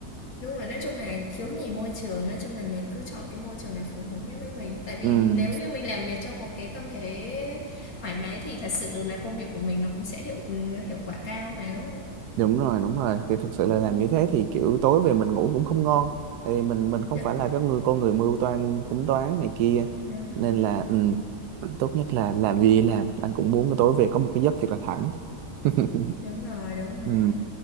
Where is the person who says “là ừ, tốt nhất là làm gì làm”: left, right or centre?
Right